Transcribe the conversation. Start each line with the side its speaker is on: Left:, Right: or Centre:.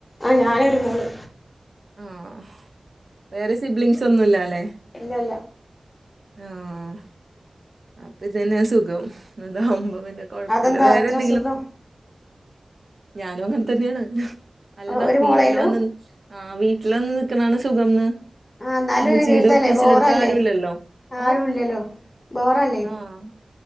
Left: ആഹ് ഞാനൊരു മോള്.
Right: ആഹ് വേറെ സിബ്ലിങ്സ് ഒന്നുല്ലല്ലെ.
Left: ഇല്ലല്ല
Right: ആഹ് അപ്പതെന്നെ സുഖം അതാവുമ്പോ പിന്നെ കൊഴപ്പല്ല
Left: അതെന്താ
Right: വേറെന്തെങ്കിലും
Left: അത്ര സുഖം
Right: ഞാനും അങ്ങൻതന്നെണ് അല്ലെടാ
Left: ഒരു
Right: വീട്ടിൽ
Left: മോളേള്ളൂ
Right: വന്ന്ന്ന്. ആഹ് വീട്ടിൽ വന്ന് ന്നിക്ക്ണാണ് സുഖംന്ന്.
Left: ആ എന്നാലും
Right: ഉമ്മചീടെ
Left: ഇതല്ലേ
Right: ഉപ്പിച്ചീടെ
Left: ബോറല്ലേ
Right: അടുത്ത് ആരുല്ലല്ലോ
Left: ആരുല്ലല്ലോ
Right: ഓഹ്
Left: ബോറല്ലേ
Right: ആഹ്.